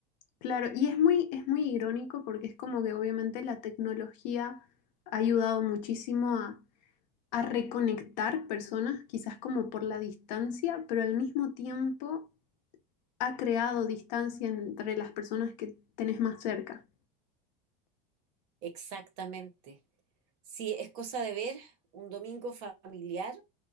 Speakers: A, on the left; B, on the right.
A: claro. Y es muy, es muy irónico porque es como que obviamente la tecnología ha ayudado muchísimo a, a reconectar personas, quizás como por la distancia, pero al mismo tiempo ha creado distancia entre las personas que tenés más cerca.
B: Exactamente. Sí, es cosa de ver un domingo familiar